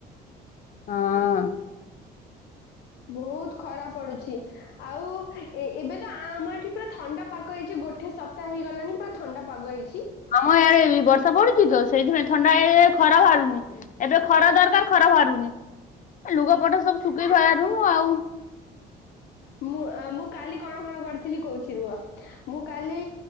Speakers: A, on the left; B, on the left.
A: ହଁ।
B: ବହୁତ ଖରା ପଡୁଛି ଆଉ ଏ ଏବେ ତ ଆ ଆମ ଏଠି ପୁରା ଥଣ୍ଡା ପାଗ ହେଇଚି ଗୋଟେ ସପ୍ତାହ ହେଇଗଲାଣି ପୁରା ଥଣ୍ଡା ପାଗ ହେଇଚି।
A: ଆମ ଇଆଡେ ବର୍ଷା ପଡୁଛି ତ ସେଇଥିପାଇଁ ଥଣ୍ଡା ହେଇ ଖରା ବାହାରୁନି। ଏବେ ଖରା ଦରକାର ଖରା ବାହାରୁନି ଏ ଲୁଗା ପଟା ସବୁ ଶୁଖେଇ
B: ହାଁ
A: ପାରୁନୁ ଆଉ।
B: ମୁଁ ମୁଁ କାଲି କଣ କଣ କରିଥିଲି କହୁଛି ରୁହ ମୁଁ କାଲି